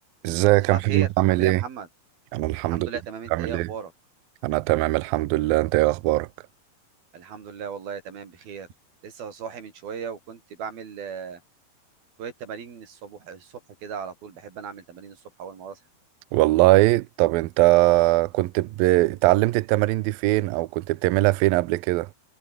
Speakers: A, on the right; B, on the right.
A: ازيك
B: صباح
A: يا محمد
B: الخير
A: عامل
B: عامل
A: ايه؟
B: ايه يا محمد
A: انا الحمد
B: الحمد
A: لله
B: لله تمام انت
A: عامل
B: ايه اخبارك
A: ايه؟ انا تمام الحمد لله انت ايه اخبارك؟
B: الحمد لله والله تمام بخير لسه صاحي من شويه وكنت بعمل آه، شويه تمارين الصبح الصبح كده على طول بحب انا اعمل تمارين الصبح اول ما بصحى
A: والله طب انت كنت ب... اتعلمت التمارين دي فين او كنت بتعملها فين قبل كده؟